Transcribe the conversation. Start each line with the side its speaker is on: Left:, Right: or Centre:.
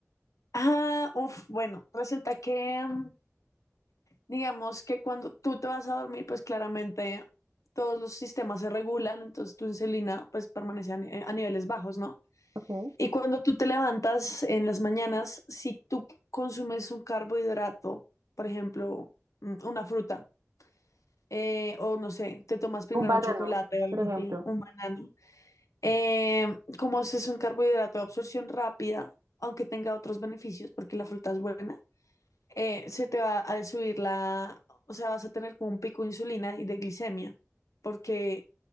Left: Ah, uff, bueno, resulta que... mm, Digamos que cuando tú te vas a dormir, pues claramente todos los sistemas se regulan, entonces tu insulina pues permanece a, ni- a niveles bajos, ¿no?
Right: ¿Qué?
Left: Y cuando tú te levantas en las mañanas, si tú consumes un carbohidrato, por ejemplo, mm, una fruta, eh, o no sé, te tomas primero
Right: Un banano,
Left: un chocolate o algo
Right: por ejemplo.
Left: así, un banano, eh, como ese es un carbohidrato de absorción rápida, aunque tenga otros beneficios, porque la fruta es buena, eh, se te va a subir la, o sea, vas a tener como un pico de insulina y de glicemia, porque